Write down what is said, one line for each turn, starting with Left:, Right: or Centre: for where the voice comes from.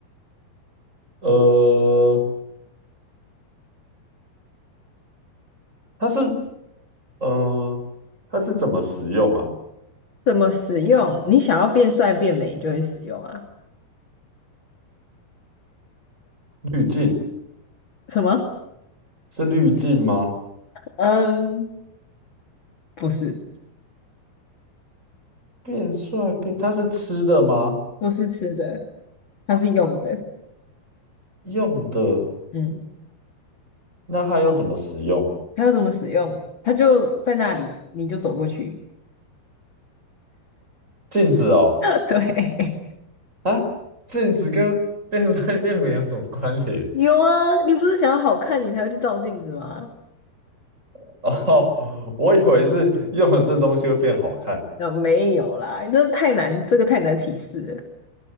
Right: 呃，它是呃，它是怎么使用啊？
Left: 怎么使用？你想要变帅变美，你就会使用啊。
Right: 滤镜
Left: 什么？
Right: 是滤镜吗？
Left: 嗯，不是，
Right: 变帅变，它是吃的吗？
Left: 不是吃的，它是用的。
Right: 用的，
Left: 嗯，
Right: 那它要怎么使用？
Left: 它要怎么使用？它就在那里，你就走过去。
Right: 镜子哦，
Left: <laughs> 对，
Right: 啊，镜子跟变帅变美有什么关联？
Left: 有啊，你不是想要好看，你才会去照镜子吗？
Right: <laughs> 哦，我以为是用了这东西会变好看。
Left: 那、没有啦，你这太难，这个太难提示了。